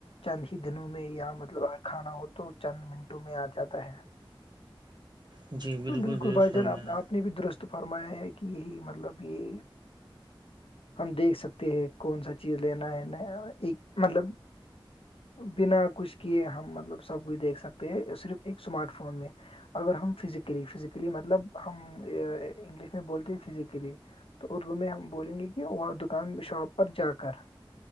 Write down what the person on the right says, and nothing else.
جی
درست
فرمایا